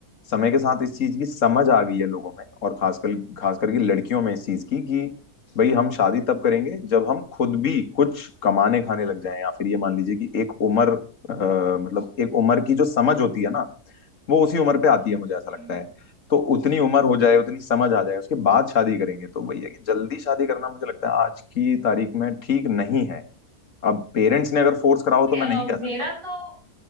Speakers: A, on the left; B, on the right.
A: समय के साथ इस चीज की समझ आ गई है लोगों में और खासकर खास करके लड़कियों में इस चीज की कि भाई हम शादी तब करेंगे जब हम खुद भी कुछ कमाने खाने लग जाएं या फिर ये मान लीजिए कि एक उम्र अ, मतलब एक उम्र की जो समझ होती है ना वो उसी उम्र पे आती है मुझे ऐसा लगता
B: हम्म।
A: है तो उतनी उम्र हो जाए उतनी समझ आ जाए उसके बाद शादी करेंगे तो भैया कि जल्दी शादी करना मुझे लगता है आज की तारीख में ठीक नहीं है अब पेरेंट्स ने अगर फोर्स करा हो तो
B: कि, अ,
A: मैं नहीं कह सकता
B: मेरा तो